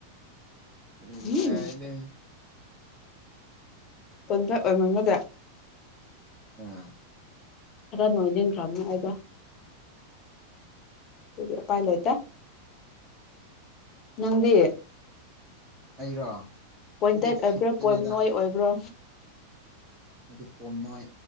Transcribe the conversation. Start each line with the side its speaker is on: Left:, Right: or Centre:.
Right: ꯔꯤꯌꯥꯏꯅꯦ
Left: ꯎꯝ ꯇꯣꯟꯗ ꯑꯣꯏꯃꯝꯕꯒꯦ
Right: ꯉꯥ
Left: ꯈꯔ ꯅꯣꯏꯅꯤꯡꯈ꯭ꯔꯝꯅꯤ ꯑꯩꯗꯣ ꯗꯨꯒꯤ ꯎꯄꯥꯏ ꯂꯩꯇꯦ ꯅꯪꯗꯤ
Right: ꯑꯩꯔꯣ
Left: ꯄꯣꯏꯟꯇꯦꯠ
Right: ꯑꯩꯗꯤ
Left: ꯑꯣꯏꯕ꯭ꯔꯥ
Right: ꯐꯤꯠꯇꯅꯦꯗ
Left: ꯄꯣꯏꯝ ꯅꯣꯏ ꯑꯣꯏꯕ꯭ꯔꯣ
Right: ꯑꯩꯗꯤ ꯄꯣꯝꯅꯣꯏ